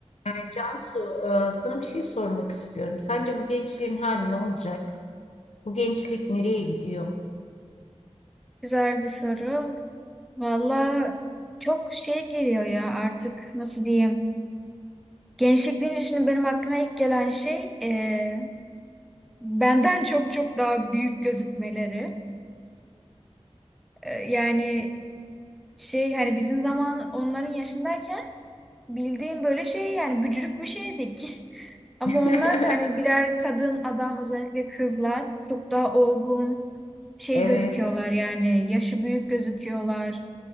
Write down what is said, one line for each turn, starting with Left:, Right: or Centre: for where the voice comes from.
Left: Yani Cansu, e, sana bir şey sormak istiyorum. Sence bu gençlerin hali ne olacak? Bu gençlik nereye gidiyor?
Centre: Güzel bir soru. Valla çok şey geliyor ya artık nasıl diyeyim. Gençlik deyince şimdi benim aklıma ilk gelen şey e, benden çok çok daha büyük gözükmeleri. E, yani şey hani bizim zaman onların yaşındayken bildiğim böyle şey yani bücürük bir şeydik. <laughs> Ama
Left: <laughs>
Centre: onlar hani birer kadın adam özellikle kızlar çok daha olgun şey
Left: Evet.
Centre: gözüküyorlar yani yaşı büyük gözüküyorlar.